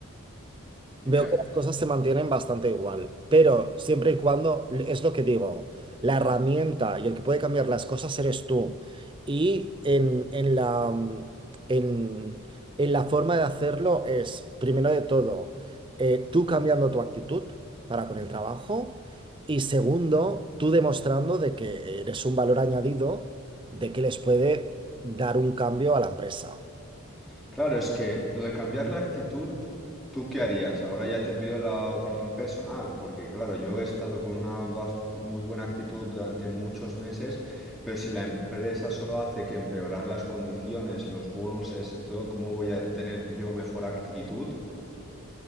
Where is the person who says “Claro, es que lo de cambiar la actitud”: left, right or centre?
Centre